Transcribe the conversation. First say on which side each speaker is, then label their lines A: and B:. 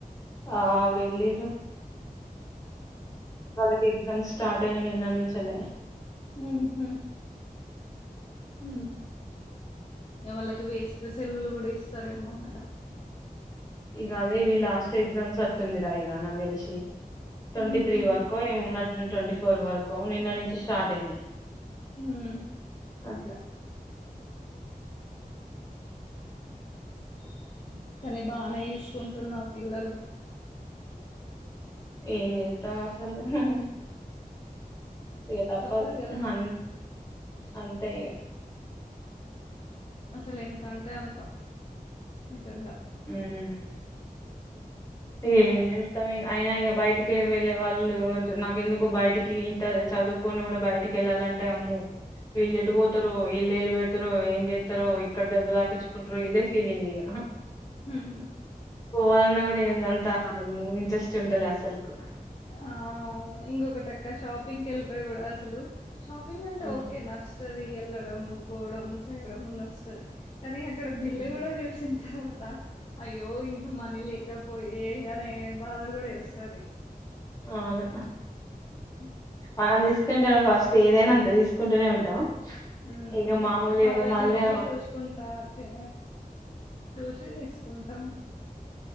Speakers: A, on the left; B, on the left.
A: ఆ వెళ్ళిండ్రు వాళ్ళకి ఎగ్జామ్స్ స్టార్ట్యే నిన్ననించేలే
B: ఉ హ
A: హ
B: యవాళ్ళకి వేసవ్ సెలువులు కూడా ఇస్తారేమో కదా
A: ఇగ అదే వీళ్ళ లాస్ట్ ఎక్సామ్స్ అట్ టుందిరా ఇగ నాక్ తెలిసి ట్వంటీ
B: ఉహు
A: త్రీ వరకు ఏమో ఉన్నట్ ట్వంటీ ఫోర్ వరకు నిన్న నుంచి స్టాట్ స్టార్ట్ అయింది
B: ఉమ్
A: అద్ లా
B: ఉ కన్ బానే చూసుకుంటున్నావ్ పిల్లల్ని
A: ఏమ్ చెత్తమ్ అసలు హు హు ఏగా తప్పద్
B: తప్పదు కదా
A: హు అన్ అంతే ఇగ
B: అసలు ఎంత అంతే అంత నిజంగా
A: ఉమ్ ఏ మొత్తం అయినా ఇగా బయటికి వెళ్ళే వాళ్ళు అంటే నాకెందుకో బయటికి ఇంత చదువుకొని కూడా బయటికి వెళ్ళాలింటే అమ్మో వీళ్ళు ఎటు పోతార ఎళ్ళు వెళ్ళు పెడతార ఏం చెస్తారో ఇక్కడ దెబ్బ తాకించుకుంటారు ఇదే ఫీలింగ్ ఇక
B: ఉమ్
A: పోదన్న కూడాడ అంతా ఇంట్రెస్ట్ ఉంటాలే అసలుకు
B: ఆ అవును ఇంకొకటక్క షాపింగ్కి వెళ్తే కూడా అసలు షాపింగ్ అంతా
A: హ్మ్.
B: ఓకే నచ్చుంది వెళ్లడము పోవడము చేయడము నచ్చతాది కానీ అక్కడ బిల్లు
A: హ్మ్.
B: కూడా చూసింది తర్వాత అయ్యో ఇంత మనీ లేకపోయే అనే బాధ కూడా యెస్తాది
A: అవునా
B: ఉహు
A: మనం తీసుకునేళ ఫస్ట్ ఏదైనా అంతే తీసుకుంటూనే ఉంటాం
B: ఉమ్
A: ఇక మామూలుగా
B: ఆలోచించి
A: ఇక మళ్ళీ
B: చూసుకుంటా అంతే చూసి తీసుకుంటాము